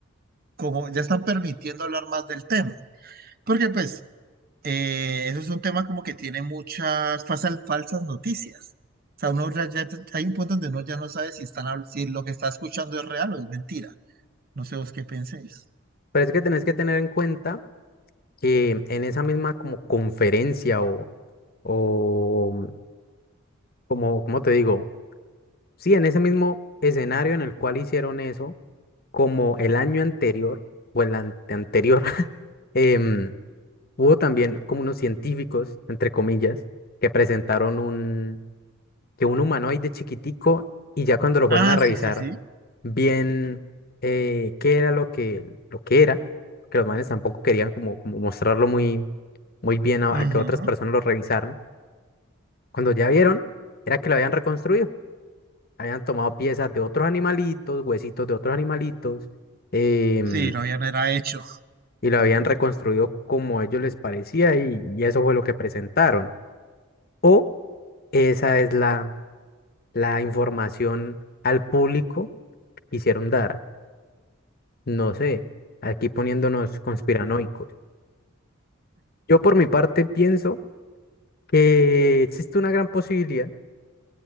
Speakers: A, on the right; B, on the left.
A: como, ya están permitiendo hablar más del tema, porque pues, eh, eso es un tema como que tiene muchas falsas, falsas noticias. O sea, uno ya- ya- hay un punto donde uno ya no sabe si están, habl- si lo que está escuchando es real o es mentira. No sé vos qué penséis.
B: pero es que tenés que tener en cuenta que en esa misma como conferencia o o como, como te digo, sí, en ese mismo escenario en el cual hicieron eso, como el año anterior o el anteanterior, <laughs> em, hubo también como unos científicos, entre comillas, que presentaron un, que un humanoide chiquitico y ya cuando lo fueron
A: Ah,
B: a revisar
A: sí, sí, sí.
B: bien eh, qué era lo que, lo que era, que los manes tampoco querían como, como mostrarlo muy, muy bien a,
A: Ujú.
B: a que otras personas lo revisaran, cuando ya vieron, era que lo habían reconstruido. habían tomado piezas de otros animalitos, huesitos de otros animalitos, em,
A: Sí, lo habían era hecho.
B: y lo habían reconstruido como a ellos les parecía y, y eso fue lo que presentaron. O esa es la, la información al público que quisieron dar. No sé, aquí poniéndonos conspiranoicos. Yo por mi parte pienso que existe una gran posibilidad.